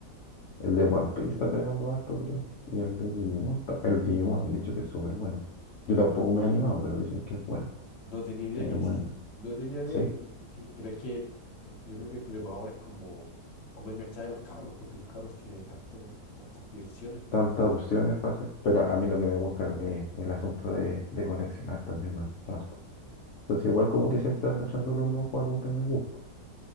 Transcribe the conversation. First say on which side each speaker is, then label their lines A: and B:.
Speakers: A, on the left (about 75°); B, on the left (about 45°).
A: El de One Piece está pegando harto, creo. Y el de Digimon, ta- el Digimon han dicho que es súper bueno. Yo tampoco me he animado, pero dicen que es bueno.
B: No tenía idea
A: Tiene
B: que
A: buena.
B: existía. No tenía idea
A: Sí,
B: que, que- pero es que yo creo que el problema ahora es como, como enganchar a los cabros, porque los cabros tienen tanto, tantas diversiones,
A: tantas opciones para hacer. Pero a mí lo que me gusta es el asunto de, de coleccionar también me gusta harto. Entonces igual como que siempre ando echándole un ojo a algo que me guste.